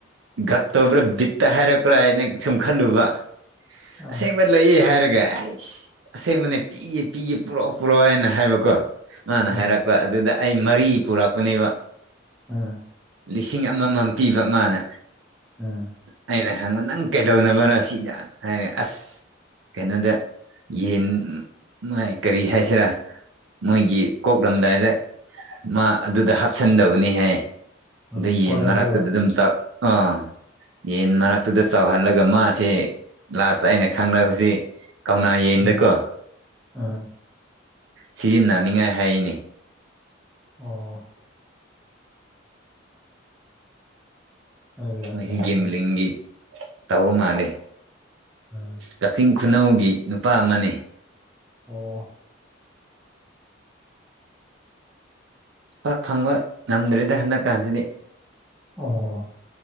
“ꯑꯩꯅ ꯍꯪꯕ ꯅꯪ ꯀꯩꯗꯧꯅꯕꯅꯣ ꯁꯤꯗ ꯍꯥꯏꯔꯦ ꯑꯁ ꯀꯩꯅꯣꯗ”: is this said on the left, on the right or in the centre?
Right